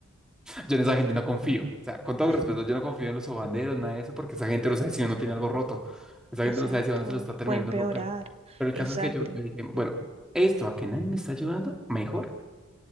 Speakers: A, in the centre; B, on the right.
A: Yo en esa gente no confío. O sea, con todo
B: <laughs>
A: respeto, yo no confío en los sobanderos, nada de eso, porque esa gente no sabe si uno tiene algo roto. Esa
B: Exacto,
A: gente no sabe si uno se lo está terminando
B: puede empeorar.
A: de romper. Pero el
B: Exacto.
A: caso es que yo, yo dije, bueno, esto a que nadie me está ayudando, mejor.